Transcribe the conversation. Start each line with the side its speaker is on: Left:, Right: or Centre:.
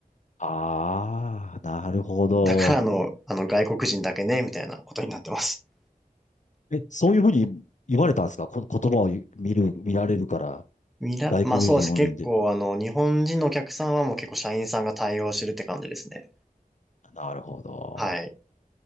Left: ああ、なるほど。
Centre: だからあの、あの外国人だけね、みたいなことになってます。
Left: え、そういうふうに言われたんですかこ、言葉を見る、見られるから、
Centre: みら、
Left: 外国人オンリーで。
Centre: まあそうです。結構あの、日本人のお客さんはもう結構社員さんが対応してるって感じですね。
Left: なるほど。
Centre: はい。